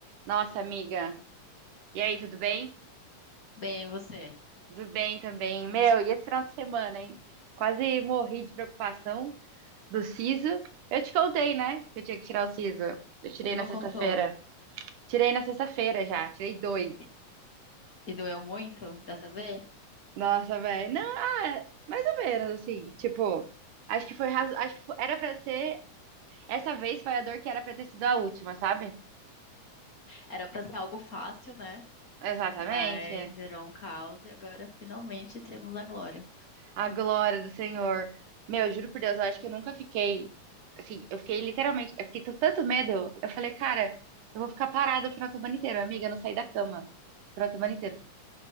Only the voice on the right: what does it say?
Nossa, amiga. E aí, tudo bem?
Tudo bem também. Meu, e esse final de semana, hein? Quase morri de preocupação do siso. Eu te contei, né? Que eu tinha que tirar o siso. Eu tirei
na sexta-feira.
Tirei na sexta-feira já, tirei dois.
Nossa, velho. Não, ah, mais ou menos, assim. Tipo, acho que foi razo... acho que fo- era pra ser. Essa vez foi a dor que era pra ter sido a última, sabe?
Exatamente.
A glória do Senhor. Meu, eu juro por Deus, eu acho que eu nunca fiquei. Assim, eu fiquei literalmente. Eu fiquei com tanto medo. Eu falei, cara, eu vou ficar parada o final de semana inteiro. Amiga, eu não saí da cama. O final de semana inteiro.